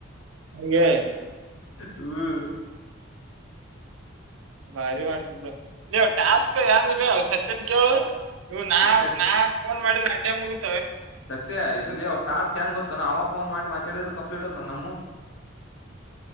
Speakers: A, on the right; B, on the left.
A: ಹಂಗೆ
B: ಹ್ಮ
A: ಭಾರಿ ಮಾಡ್ತಿ ಬಿಡ್ ಲೆ ಟಾಸ್ಕ್ ಹೆಂಗಳೆ ಸತ್ಯನ್ ಕೇಳು ನೀವು ನಾ
B: ಸತ್ಯ
A: ನಾ ಪೋನ್ ಮಾಡಿದ್ರ ಆಟೆ ಮುಗೀತ
B: ಸತ್ಯ ಇದು ಲೆ ಅವ ಟಾಸ್ಕ್ ಹೆಂಗ್ ಗೊತ್ತ ಏನು ಅವ ಪೋನ್ ಮಾಡಿ ಮಾತಾಡಿದ್ರ ಕಂಪ್ಲೀಟ್ ಆತಾವ